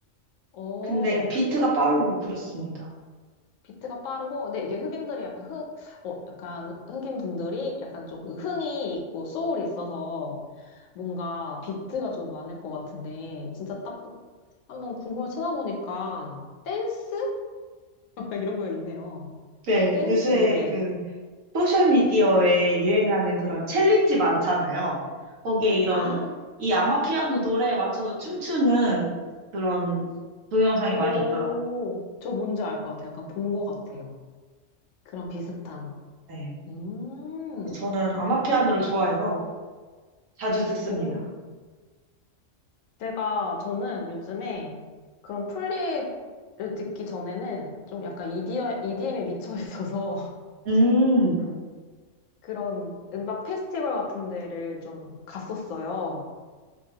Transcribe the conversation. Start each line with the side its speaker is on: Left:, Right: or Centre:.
Left: 어,
Right: 근데 비트가 빠르고 그렇습니다.
Left: 비트가 빠르고, 근데 이게 흑인들이 약간 흑, 어, 약간 흑인 분들이 약간 좀그 흥이 있고 소울이 있어서 뭔가 비트가 좀 많을 것 같은데, 진짜 딱 한번 궁금해 찾아보니까 댄스? <laughs> 이런 거 있네요.
Right: 네,
Left: 댄스
Right: 요새
Left: 노래.
Right: 그 소셜미디어에 유행하는 그런 챌린지 많잖아요. 거기에 이런
Left: 아,
Right: 이 아마피아노 노래에 맞춰서 춤추는 그런 동영상이
Left: 오,
Right: 많이 있더라고요.
Left: 저 뭔지 알 것 같아요. 약간 본 것 같아요. 그런 비슷한.
Right: 네.
Left: 음,
Right: 저는 아마피아노를 좋아해서 자주 듣습니다.
Left: 오. 제가, 저는 요즘에 그런 플리를 듣기 전에는 좀 약간 EDM, EDM에 미쳐 있어서
Right: 음,
Left: <laughs> 그런 음악 페스티벌 같은 데를 좀 갔었어요.